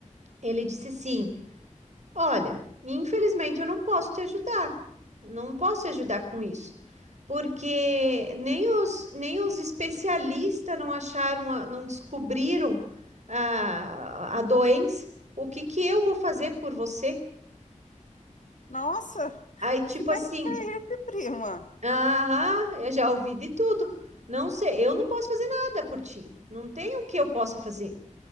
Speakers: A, on the right; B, on the left.
A: Ele disse assim: Olha, infelizmente eu não posso te ajudar. Não posso te ajudar com isso. Porque nem os, nem os especialistas não acharam, a- não descobriram a, a doença. O que que eu vou fazer por você?
B: Nossa!
A: Aí, tipo
B: Que médico
A: assim,
B: é esse, prima?
A: aham, eu já ouvi de tudo. Não sei, eu não posso fazer nada por ti. Não tem o que eu possa fazer.